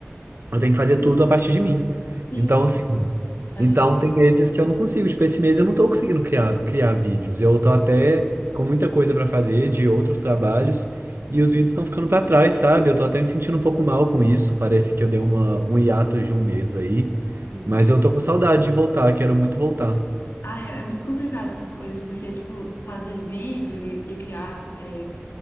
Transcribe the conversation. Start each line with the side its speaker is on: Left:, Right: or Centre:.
Right: eu tenho que fazer tudo a partir de mim.
Left: Sim.
Right: Então, assim,
Left: Pode
Right: então,
Left: falar.
Right: tem meses que eu não consigo. Tipo, esse mês eu não tô conseguindo criar, criar vídeos. Eu tô até com muita coisa pra fazer de outros trabalhos e os vídeos estão ficando pra trás, sabe? Eu tô até me sentindo um pouco mal com isso. Parece que eu dei uma, um hiato de um mês aí,
Left: Uhum.
Right: mas eu tô com saudade de voltar, quero muito voltar.
Left: Ah, é, é muito complicado essas coisas, porque, tipo, fazer vídeo e, e criar é,